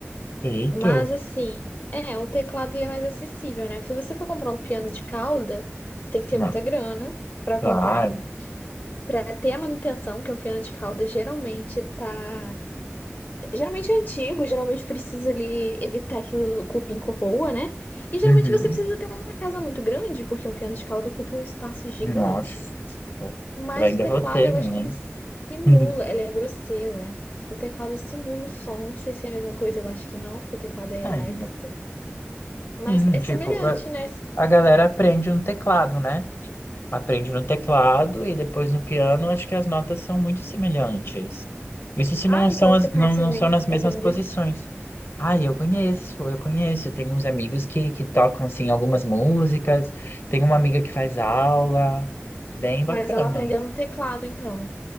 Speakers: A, on the left; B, on the left.
A: Eita,
B: Mas assim, é, o teclado ele é mais acessível, né? Se você for comprar um piano de cauda, você tem que ter
A: Não,
B: muita grana pra
A: claro.
B: comprar. Pra ter a manutenção, porque um piano de cauda geralmente tá. Geralmente é antigo, geralmente precisa ali evitar que o cupim corroa, né? E geralmente
A: Uhum.
B: você precisa ter uma casa muito grande, porque um piano de cauda ocupa um espaço gigante.
A: Nossa. Eu
B: Mas
A: ainda
B: o teclado,
A: vou ter,
B: eu
A: menino.
B: acho que ele simula,
A: Uhum.
B: ele é grosseiro, né? O teclado simula o som. Não sei se é a mesma coisa, eu acho que não, porque o teclado é elétrico.
A: Ai, meu.
B: Mas
A: Sim,
B: é
A: tipo,
B: semelhante,
A: a
B: né?
A: a galera aprende no teclado, né? Aprende no teclado e depois no piano, acho que as notas são muito semelhantes. Isso se
B: Ah,
A: não
B: então
A: são,
B: você
A: as,
B: conhece
A: não, não
B: gente
A: são nas
B: que
A: mesmas
B: aprendeu?
A: posições. Ah, eu conheço, eu conheço. Tem uns amigos que, que tocam, assim, algumas músicas. Tem uma amiga que faz aula. Bem bacana.
B: Mas ela aprendeu no teclado, então.